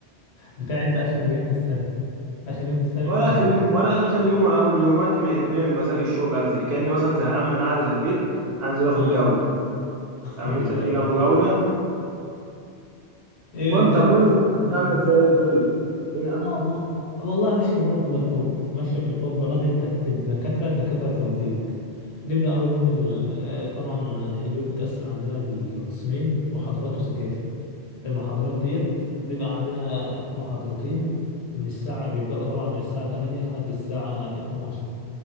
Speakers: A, on the left (about 70°); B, on the right (about 65°).
A: بتاع انت اخر يوم في السنه اخر يوم في السنه
B: ولا
A: نبدا نذاكر
B: اخر يوم ولا اخر يوم ولا اول يوم وقت ما يهبني المزاج الشوق بنزل كاني مثلا زهقان من قعده البيت انزل اخد
A: اه
B: جوله
A: <laughs>
B: فاهم
A: ايوه
B: انت تيجي
A: ايوه
B: ناخده
A: آه.
B: جوله
A: ايه
B: المهم
A: بت...
B: طب وانت طب الدنيا
A: مم.
B: عندك فيها ايه طيب الدنيا
A: انا
B: عندك
A: والله
B: فيها ايه
A: والله ماشي برضه بالحب ماشيه بالحب راضي التك... الدكاتره الدكاتره تراضيك نبدا اول يوم ال... آه، طبعا اليوم متقسم عندنا لقسمين محاضرات وسكاشن المحاضرات ديت بيبقى عندنا محاضرتين من الساعة بيبدأوا طبعا من الساعة 8 لحد الساعة 12